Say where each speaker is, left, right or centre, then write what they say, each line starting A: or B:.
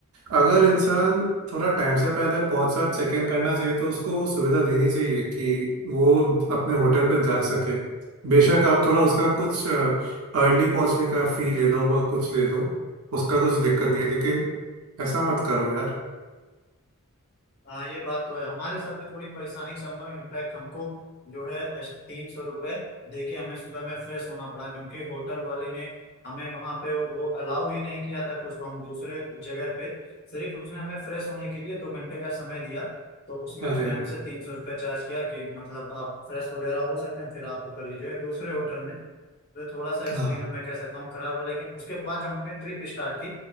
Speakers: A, on the right; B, on the left.
A: अगर इंसान थोड़ा टाइम से पहले पहुंच कर चेक इन करना चाहिए तो उसको वो सुविधा देनी चाहिए कि वो अपने होटल पे जा सके बेशक आप थोड़ा उसका कुछ अर्ली पहुंचने का फी ले लो व कुछ ले लो उसका कुछ दिक्कत नहीं है लेकिन ऐसा मत करो यार
B: हाँ ये बात तो है हमारे साथ भी थोड़ी परेशानी का सामना हुआ इनफैक्ट हमको जो है तीन सौ रुपये दे के हमें सुबह में फ्रेश होना पड़ा क्योंकि होटल वाले ने हमें वहाँ पे वो अलाउ ही नहीं किया था कुछ तो हम दूसरे जगह पे सिर्फ उसने हमें फ्रेश होने के लिए दो घंटे का समय दिया तो उसमें
A: अरे
B: उसने
A: अरे
B: हमसे तीन सौ रुपये चार्ज किया कि मतलब आप फ्रेश वगैरह हो सकते हैं फिर आप कर लीजिएगा दूसरे होटल में तो थोड़ा सा एक्सपीरियंस
A: हाँ
B: मैं कह सकता हूँ खराब रहा लेकिन उसके बाद जब हमने ट्रिप स्टार्ट की